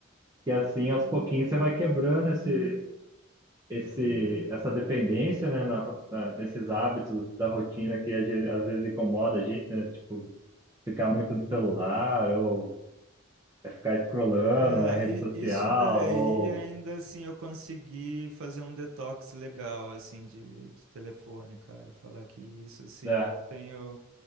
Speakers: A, on the right; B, on the right.
A: e assim aos pouquinhos você vai quebrando esse esse, essa dependência, né, na, na- nesses hábitos da rotina que a gen- às vezes incomoda a gente, né, tipo, ficar muito no celular, ou é ficar scrollando
B: É,
A: na rede
B: e
A: social,
B: isso daí
A: ou,
B: ainda assim eu consegui fazer um detox legal assim de, de telefone, cara. Falar que isso assim,
A: né,
B: eu tenho